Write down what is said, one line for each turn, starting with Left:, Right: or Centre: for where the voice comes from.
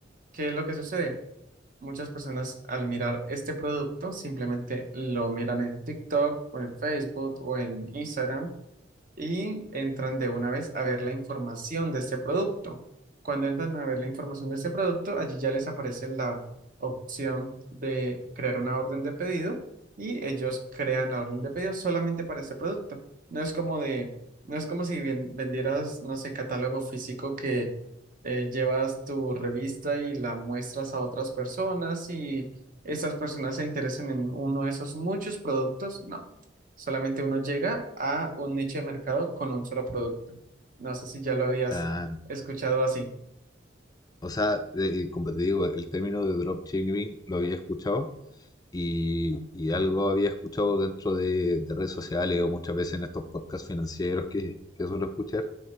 Right: ¿Qué es lo que sucede? Muchas personas al mirar este producto simplemente lo miran en TikTok o en Facebook o en Instagram y entran de una vez a ver la información de este producto. Cuando entran a ver la información de este producto, allí ya les aparece la opción de crear una orden de pedido y ellos crean la orden de pedido solamente para este producto. No es como de, no es como si ven- vendieras, no sé, catálogo físico que eh, llevas tu revista y la muestras a otras personas y esas personas se interesan en uno de esos muchos productos. No. Solamente uno llega a un nicho de mercado con un solo producto. No sé si ya lo habías
Left: claro.
Right: escuchado así.
Left: O sea, de- como te digo, el término de dropshipping lo había escuchado y, y algo había escuchado dentro de, de redes sociales o muchas veces en estos podcasts financieros que, que suelo escuchar,